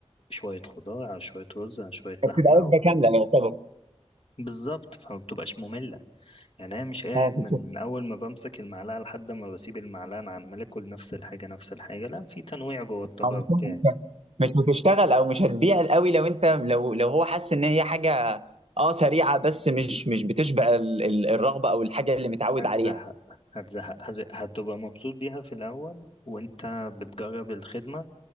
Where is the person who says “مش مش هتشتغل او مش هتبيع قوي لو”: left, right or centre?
Right